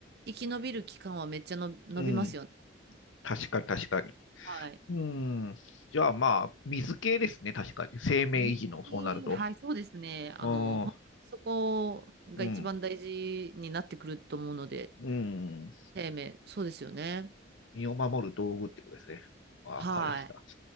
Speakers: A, on the right (about 55°); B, on the left (about 80°).
A: 生き延びる期間はめっちゃの伸びますよね。
B: うん。確かに確かに。
A: はい。
B: うん。じゃあまあ、水系ですね、確かに。生命維持の、
A: 水はい、
B: そうなると。
A: そうですね。あの、
B: うん、
A: ほんそこが一番大事になってくると思うので、
B: うん、うん。
A: 生命、そうですよね。
B: 身を守る道具ってことですね。わかりました。
A: はい。